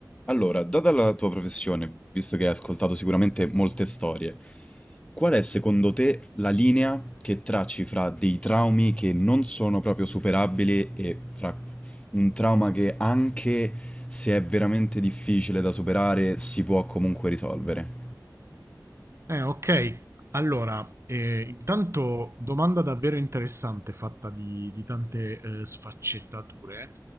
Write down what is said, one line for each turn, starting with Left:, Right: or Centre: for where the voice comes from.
Left: Allora, data la tua professione, visto che hai ascoltato sicuramente molte storie, qual è secondo te la linea che tracci fra dei traumi che non sono proprio superabili e fra un trauma che anche se è veramente difficile da superare si può comunque risolvere?
Right: Eh, ok. Allora, eh, intanto domanda davvero interessante fatta di, di tante eh, sfaccettature.